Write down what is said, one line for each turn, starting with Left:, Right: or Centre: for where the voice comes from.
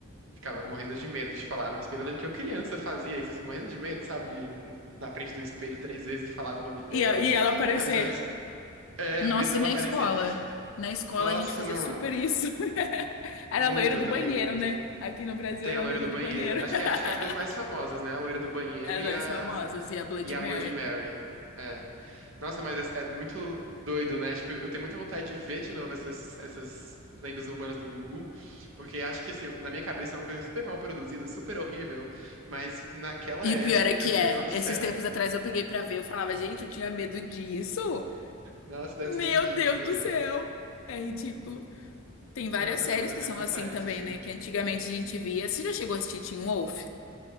Right: Ficava morrendo de medo de falar no espelho. Eu lembro que eu criança fazia isso, assim, morrendo de medo, sabe? De- na frente do espelho três vezes e falava o nome dela.
Left: E, a- e ela
Right: <laughs>
Left: aparecer.
Right: Mas, nossa, é,
Left: Nossa,
Right: medo dela
Left: e na
Right: aparecer.
Left: escola? Na escola
Right: Nossa,
Left: a gente fazia
Right: não.
Left: super isso. <laughs> Era
Right: Muito,
Left: a loira
Right: eu
Left: do
Right: também,
Left: banheiro,
Right: muito.
Left: né? Aqui no Brasil
Right: Tem
Left: era
Right: a loira
Left: a loira
Right: do
Left: do
Right: banheiro.
Left: banheiro.
Right: Acho
Left: <laughs>
Right: que, acho que as duas mais famosas, né? A loira do banheiro
Left: As
Right: e a,
Left: famosas e a Bloody
Right: e a
Left: Mary.
Right: Bloody Mary. É. Nossa, mas é, é muito doido, né? Acho que eu tenho muita vontade de ver de novo essas, essas lendas urbanas do Gugu, porque acho que, assim, na minha cabeça é uma coisa super mal produzida, super horrível, mas naquela
Left: E
Right: época,
Left: o pior é que
Right: assim,
Left: é,
Right: nossa,
Left: esses
Right: era...
Left: tempos atrás eu peguei pra ver, eu falava, gente, eu tinha medo disso.
Right: Nossa, deve
Left: Meu
Right: ser ridículo,
Left: Deus do
Right: né?
Left: céu. É ridículo. Tem várias
Right: Nossa,
Left: séries
Right: não, mas eu
Left: que
Right: tenho
Left: são
Right: vontade
Left: assim também,
Right: de...
Left: né? Que antigamente a gente via. Você já chegou a assistir Teen Wolf?